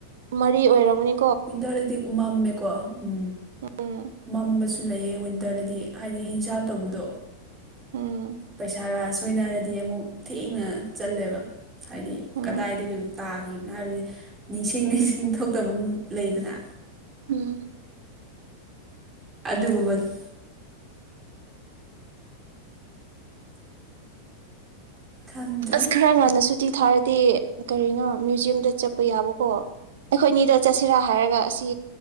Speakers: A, on the right (about 60°); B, on the right (about 20°).
A: ꯃꯔꯤ ꯑꯣꯏꯝꯔꯕꯅꯤ
B: ꯃꯤ ꯑꯗꯨꯗꯤ ꯃꯝꯃꯦꯀꯣ ꯎꯝ
A: ꯎꯝ
B: ꯃꯝꯕꯁꯨ ꯁꯨ ꯂꯩꯑ ꯋꯤꯟꯇꯔꯗꯗꯤ ꯍꯥꯏꯗꯤ ꯍꯤꯟꯖꯥꯞ ꯇꯧꯕꯗꯣ
A: ꯎꯝ
B: ꯄꯩꯁꯥꯒ ꯁꯣꯏꯅꯔꯗꯤ ꯑꯃꯨꯛ ꯊꯦꯡꯅ ꯆꯜꯂꯦꯕ ꯍꯥꯏꯗꯤ
A: ꯎꯝ
B: ꯀꯗꯥꯏꯗꯒꯤ ꯇꯥꯈꯤꯕꯅꯣ ꯍꯥꯏꯕꯁ ꯅꯤꯡꯁꯤꯡ ꯅꯤꯡꯁꯤꯡ ꯊꯣꯛꯇꯕ ꯂꯩꯗꯅ
A: ꯎꯝ
B: ꯑꯗꯨꯒꯨꯝꯕꯗꯨ ꯈꯪꯗ꯭ꯔꯦ
A: ꯑꯁ ꯈꯔ ꯉꯥꯟꯅꯁꯨꯇꯤ ꯊꯥꯔꯗꯤ ꯀꯔꯤꯅꯣ ꯃ꯭ꯌꯨꯖ꯭ꯌꯝꯗ ꯆꯠꯄ ꯌꯥꯕꯀꯣ ꯑꯩꯈꯣꯏꯅꯤꯗ ꯆꯠꯁꯤꯔꯥ ꯍꯥꯏꯔꯒ ꯑꯁꯤ